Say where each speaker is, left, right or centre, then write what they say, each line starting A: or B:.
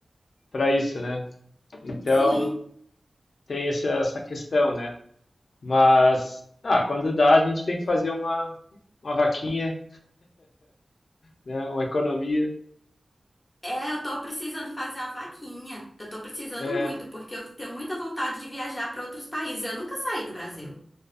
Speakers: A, on the left (about 75°); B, on the left (about 30°).
A: para isso, né? Então
B: Sim.
A: tem essa, essa questão, né? Mas ah, quando dá, a gente tem que fazer uma, uma vaquinha, né, uma economia.
B: É, eu tô precisando fazer uma vaquinha. Eu tô precisando
A: É,
B: muito, porque eu tenho muita vontade de viajar para outros países. Eu nunca saí do Brasil.